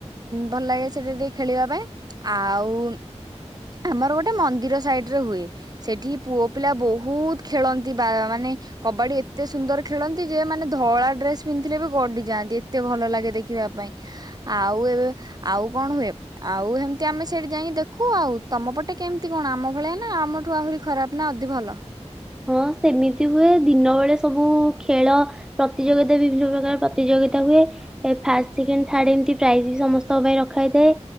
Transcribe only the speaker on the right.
ଭଲ ଲାଗେ ସେଟା ଟିକେ ଖେଳିବା ପାଇଁ ଆଉ ଆମର ଗୋଟେ ମନ୍ଦିର ସାଇଡ ରେ ହୁଏ ସେଠି ପୁଅ ପିଲା ବହୁତ ଖେଳନ୍ତି ବା ମାନେ କବାଡି ଏତେ ସୁନ୍ଦର ଖେଳନ୍ତି ଯେ ମାନେ ଧଳା ଡ୍ରେସ ପିନ୍ଧିଥିଲେ ବି ଗଡିଯାନ୍ତି ଏତେ ଭଲ ଲାଗେ ଦେଖିବା ପାଇଁ ଆଉ ଏବେ ଆଉ କଣ ହୁଏ? ଆଉ ଏମତି ଆମେ ସେଇଠି ଯାଇକି ଦେଖୁ ଆଉ। ତମ ପଟେ କେମିତି କଣ ଆମ ଭଳିଆ ନା ଆମଠୁ ଆହୁରି ଖରାପ ନା ଅଧି ଭଲ?